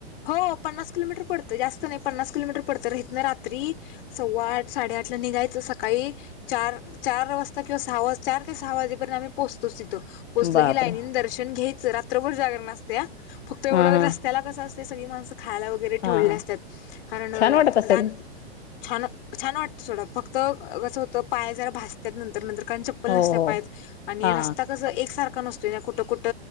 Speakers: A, on the left; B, on the left.
A: हो पन्नास किलोमीटर पडत जास्त नाही पन्ना किलोमीटर पडत इतना रात रात्री सव्वा आठ साडेआठला निघाय तर सकाळी चार चार वाजता किंवा सहा वाजता चार ते सहाजेर्यंत आम्ही पोहोचतोच तिथं. पोचलं
B: बापरे
A: गी लाईनीन दर्शन घ्यायचं रात्रभर जागर नसते फक्त एवढं
B: हा हा
A: रस्त्याला कसं असत सगळी माणसं खायला वगैरे
B: हा
A: ठेवल्या असतात कारण
B: छान वाटत असेल
A: दान छान छान वाटतं सोडा फक्त कसं होतं पाय जरा भासत्यात नंतर नंतर चप्पल
B: हो
A: नसत्या
B: हो
A: पाेत आणि
B: हा
A: रस्ता कस एक सारखा नसतो कुठं कुठ